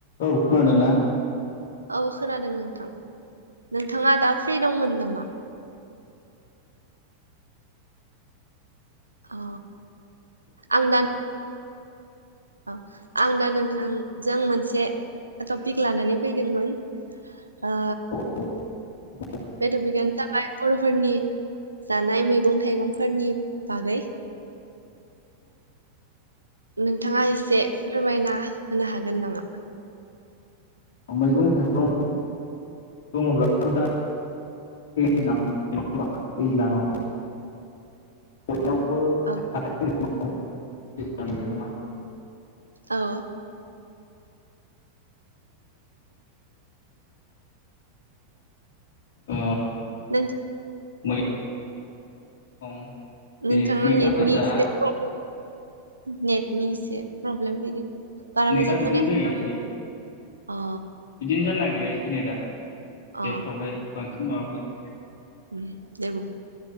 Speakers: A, on the left (about 50°); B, on the right (about 85°).
A: औ खोनादों ना?
B: औ खोनादों नोंथां। नोंथाङा दा फ्रि दंमोन नामा? औ आं दान अ आं दा नोंथांजों मोनसे टपिक लानानै फैदोंमोन ओ
A: <unintelligible>
B: बे टपिकानो जाबाय बर'फोरनि जानाय मैगं थाइगंफोरनि बागै। नोंथाङा एसे फोरमायना होनो हागोन नामा?
A: मैगं थाइगं बुङोब्लाथ' दा <unintelligible> होमबा दैज्लाङाव बयनायावबो
B: औ।
A: <unintelligible> <unintelligible>
B: औ
A: ओ
B: नोंथ
A: मैथा दं बिनि
B: नोंथाङा
A: मैथा
B: नेटनि
A: गोजा
B: एसे प्रब्लेम नेटनि एसे प्रब्लेम फैदों। बारा
A: नेटआ
B: मोजां
A: बिदिनो
B: खोनायाखै
A: जायो एसे
B: अ।
A: बिदिनो जानो नागिरा एसे नेटआ
B: अ
A: एप्सआवहाय बांसिन माबा फैयो।
B: ओम देबुं।